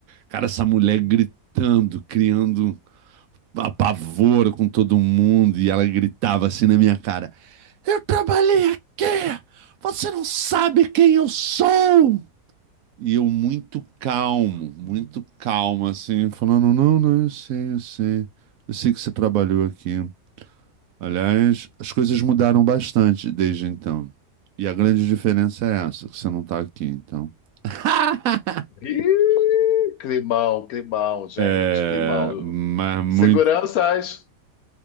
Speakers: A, on the right; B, on the left.
A: cara, essa mulher gritando, criando apavoro com todo mundo, e ela gritava assim na minha cara: Eu trabalhei aqui! Você não sabe quem eu sou! E eu muito calmo, muito calmo, assim, falando: Não, não, eu sei, eu sei. Eu sei que você trabalhou aqui. Aliás, as coisas mudaram bastante desde então. E a grande diferença é essa, que você não tá aqui, então. <laughs>
B: Ih, climão, climão, gente,
A: É,
B: climão.
A: mas muito,
B: Seguranças!